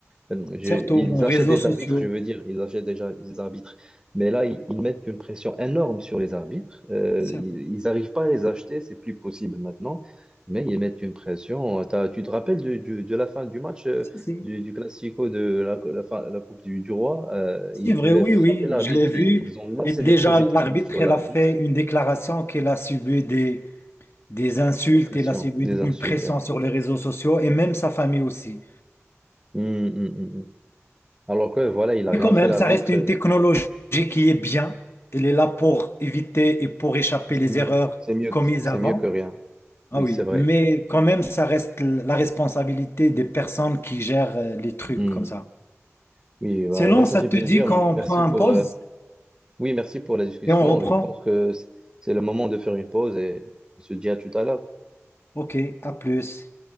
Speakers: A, on the right; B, on the left.
A: euh, je-
B: Surtout
A: ils
B: en
A: achètent
B: réseaux
A: des
B: sociaux.
A: arbitres, je veux dire, ils achètent déjà des arbitres. Mais là, ils, ils mettent une pression énorme sur les arbitres. Euh,
B: C'est
A: ils
B: vrai.
A: n'arrivent pas à les acheter, c'est plus possible maintenant. Mais ils mettent une pression. T'as- tu te rappelles du- du- de la fin du match, euh,
B: Si, si.
A: du, du Classico de la, la fin- la Coupe du, du Roi? euh,
B: C'est
A: ils
B: vrai,
A: voulaient
B: oui,
A: frapper
B: oui,
A: l'arbitre.
B: je l'ai vu.
A: Ils, ils ont lancé
B: Et déjà,
A: des projectiles
B: l'arbitre,
A: sur l'arbitre,
B: elle a fait une déclaration qu'elle a subi des, des insultes,
A: des pressions,
B: elle a subi
A: des insultes,
B: une pression
A: ouais.
B: sur les réseaux sociaux et même sa famille aussi.
A: Hum, hum, hum, hum. Alors que voilà, il n'a
B: Mais
A: rien
B: quand même,
A: fait l'arbitre.
B: ça reste une
A: euh,
B: technologie qui est bien. Elle est là pour éviter et pour échapper
A: C'est
B: les
A: mieux,
B: erreurs
A: c'est mieux,
B: commises
A: c'est
B: avant.
A: mieux que rien. Oui,
B: Ah oui,
A: c'est vrai.
B: mais quand même, ça reste la responsabilité des personnes qui gèrent euh, les trucs
A: Hmm.
B: comme ça.
A: Oui, bah,
B: Sinon,
A: bah, ça
B: ça
A: fait
B: te
A: plaisir.
B: dit qu'on
A: Merci
B: prend un
A: pour,
B: pause
A: euh, oui, merci pour la discussion.
B: et on reprend.
A: Je pense que c'est c'est le moment de faire une pause et on se dit à tout à l'heure.
B: OK, à plus.